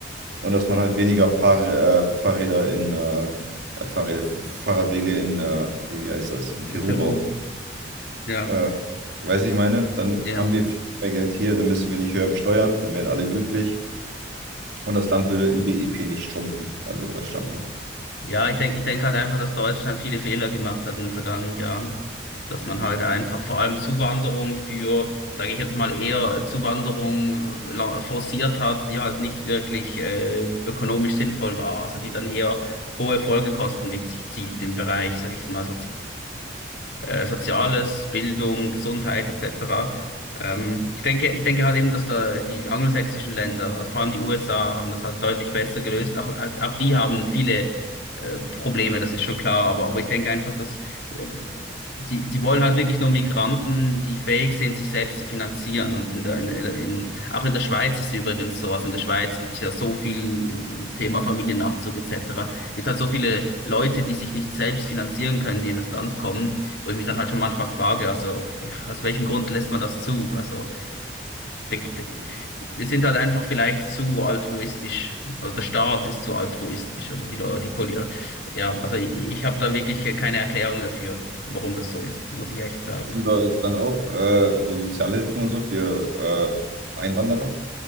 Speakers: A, on the right (about 75°); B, on the left (about 70°).
A: und dass man halt weniger Fahr äh, Fahrräder in äh, äh, Fahrräder, Fahrradwege in äh, wie, wie heißt das, in Peru
B: In Peru,
A: baut.
B: ja,
A: Äh, weißt ich meine, dann
B: ja.
A: haben wir viel mehr Geld hier, dann müssen wir nicht höher besteuern, dann wären alle glücklich und das Land würde im BIP nicht schrumpfen, also Deutschland, ne?
B: Ja, ich denke, ich denke halt einfach, dass Deutschland viele Fehler gemacht hat in den vergangenen Jahren. Dass man halt einfach vor allem Zuwanderung für, sage ich jetzt mal, eher Zuwanderung äh, la- forciert hat, die halt nicht wirklich äh, ökonomisch sinnvoll war. Also die dann eher hohe Folgekosten mit sich zieht im Bereich, sage ich jetzt mal, äh, Soziales, Bildung, Gesundheit etc. Ähm, ich denke, ich denke halt eben, dass da die angelsächsischen Länder, also vor allem die USA, haben das halt deutlich besser gelöst. Auch, auch die haben viele äh, Probleme, das ist schon klar. Aber, aber ich denke einfach, dass ähm, sie, sie wollen halt wirklich nur Migranten, die fähig sind, sich selbst zu finanzieren. Und in der, in der, in, auch in der Schweiz ist es übrigens so. Also in der Schweiz gibt es ja so viel Thema Familiennachzug etc. gibt halt so viele Leute, die sich nicht selbst finanzieren können, die in das Land kommen. Wo ich mich dann halt schon manchmal frage, also, ja, aus welchem Grund lässt man das zu? Also, de- de- wir sind halt einfach vielleicht zu altruistisch, oder der Staat ist zu altruistisch, oder die Leute, die Poli, ja, also ich, ich habe da wirklich keine Erklärung dafür, warum das so ist, muss ich echt sagen.
A: Sind bei euch dann auch äh, so Sozialhilfen und so für äh, Einwanderer?